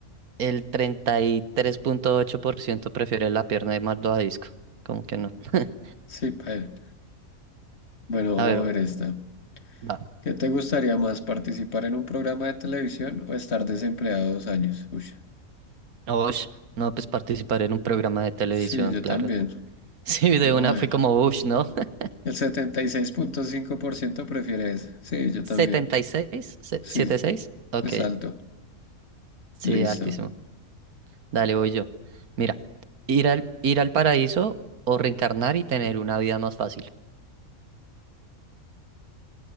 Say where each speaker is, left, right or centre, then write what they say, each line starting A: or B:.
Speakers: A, on the right; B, on the left.
A: el treinta y tres punto ocho por ciento prefiere la pierna de malvavisco. Como que no? <laughs>
B: sí, paila. Bueno,
A: A
B: vamos
A: ver,
B: a ver esta.
A: va.
B: ¿Qué te gustaría más, participar en un programa de televisión o estar desempleado dos años? Uy,
A: Ush, no, pues participar en un programa de televisión,
B: sí, yo
A: claro.
B: también.
A: <laughs> Sí, de
B: Vamos
A: una
B: a
A: fue
B: ver.
A: como Ush, ¿no? <laughs>
B: El setenta y seis punto cinco por ciento prefiere eso. Sí, yo
A: 76,
B: también.
A: se-
B: Sí,
A: seis ok,
B: es alto.
A: sí,
B: Listo.
A: altísimo. Dale, voy yo. Mira, ir al, ir al paraíso o reencarnar y tener una vida más fácil.